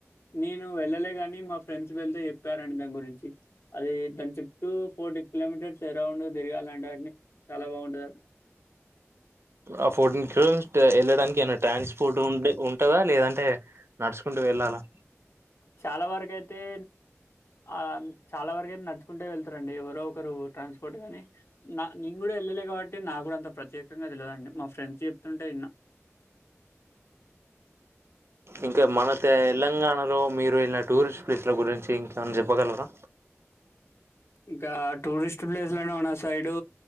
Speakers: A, on the left (about 60°); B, on the right (about 55°).
A: నేను వెళ్ళలే కాని మా ఫ్రెండ్స్ వెళ్తే చెప్పారంండి దాని గురించి అది దాని చుూ ఫోర్టీ కిలోమీటర్స్ అరౌండ్ తిరగాలంటే అని చాలా బాగుంటంది
B: ఆ ఫోర్టీన్ కిలోమీటర్ వెళ్ళడానికి ఏన్న ట్రాన్స్పోర్ట్ ఉ ఉంటదా లేదంటే నడుచుకుంటూ వెళ్ళాలా
A: చాలా వరకు అయితే తే ఆ చాలా వరకు అయితే నడుచుకుంటే వెళ్తు రండి ఎవరో ఒకరు ట్రాన్స్పోర్ట్ గానీ నా నేను కూడా వెళ్ళలే కాబట్టి నా కూడా అంత ప్రత్యేకంగా తెలవ దండి మా ఫ్రెండ్స్ చెప్తుంటే ఇన్న
B: ఇంకా మన తె తెలంగాణలో మీరు వెళ్ళ టూరిస్ట్ ప్లేస్ల గురించి ఇంకా చెప్పగలరా
A: ఇంకా టూరిస్ట్ ప్లేస్లు లు అంటే మన సైడు